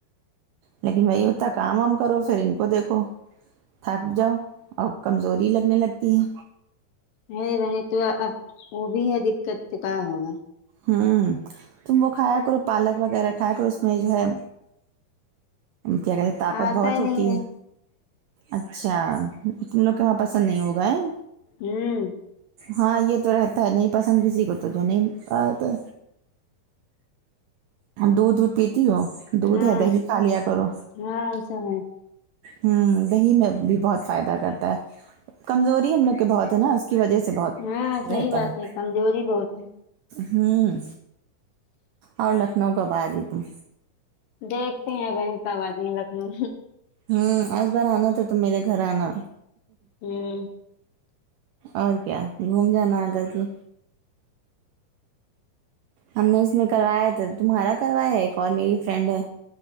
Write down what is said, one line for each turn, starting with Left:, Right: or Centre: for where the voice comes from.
Right: لیکن وہی ہوتا کام وام کرو پھر ان کو دیکھو تھک جاؤ اور کمزوری لگنے لگتی ہے
Left: ارے بہن تو اب وہ بھی ہے دقت تو کیا ہوگا
Right: ہوں تم وہ کھایا کرو پالک وغیرہ کھایا کرو اس میں جو ہے کیا کہتے ہیں طاقت
Left: آتا
Right: بہت
Left: ہی
Right: ہوتی
Left: نہیں
Right: ہے اچھا تم لوگ کے وہاں پسند نہیں ہوگا ہے
Left: ہمم
Right: ہاں یہ تو رہتا ہے نہیں پسند کسی کو تو جو نہیں ہاں تو دودھ وودھ پیتی ہو دودھ
Left: ہاں
Right: ہے دہی کھا لیا کرو
Left: ہاں وہ سب ہے
Right: ہمم دہی میں بھی بہت فائدہ کرتا ہے کمزوری ہم لوگ کے بہت ہے نا کی وجہ سے بہت
Left: ہاں
Right: رہتا
Left: صحیح بات
Right: ہے
Left: کمزوری بہت ہیں
Right: ہوں اور لکھنؤ کب آرہی تم
Left: دیکھتے ہیں بھن کب اتے ہے لکھنؤ
Right: ہوں آس بار آنا تو تم میرے گھر آنا
Left: ہوں
Right: اور کیا گھوم جانا اگر تو ہم نے اس میں کروایا تھا تمہارا کروایا ہے ایک اور میری فرینڈ ہے